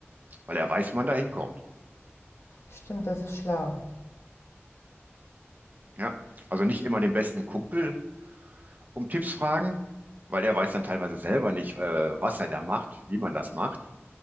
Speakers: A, on the right; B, on the left.
A: weil er weiß, wie man da hinkommt.
B: Stimmt, das ist schlau.
A: Ja? Also nicht immer den besten Kumpel um Tipps fragen, weil er weiß dann teilweise selber nicht, äh, was er da macht, wie man das macht.